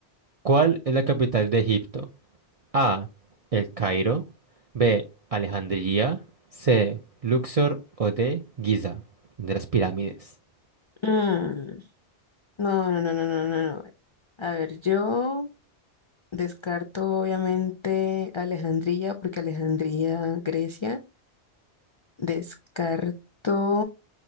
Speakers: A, on the right; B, on the left.
A: ¿Cuál es la capital de Egipto? A. El Cairo. B. Alejandría. C. Luxor o D. Giza. De las pirámides.
B: mm. no, no, no, no, no, no, no. A ver, yo descarto obviamente Alejandría, porque Alejandría, Grecia. Descarto.